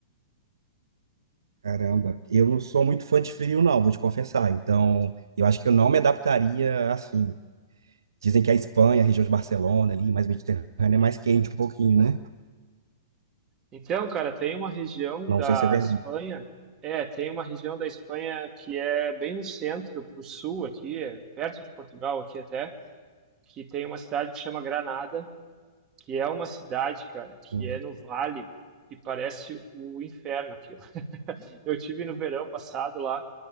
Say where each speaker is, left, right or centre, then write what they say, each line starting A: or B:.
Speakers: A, on the right; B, on the right.
A: Caramba, eu não sou muito fã de frio, não, vou te confessar. Então, eu acho que eu não me adaptaria assim. Dizem que a Espanha, a região de Barcelona ali, mais mediterrânea, é mais quente um pouquinho, né?
B: Então, cara, tem uma região
A: Não
B: da
A: sei se é verdade.
B: Espanha, é, tem uma região da Espanha que é bem no centro, pro sul aqui, é perto de Portugal aqui até, que tem uma cidade que chama Granada, que é uma cidade, cara, que
A: Hum.
B: é no vale e parece o inferno aquilo. <laughs> Eu tive no verão passado lá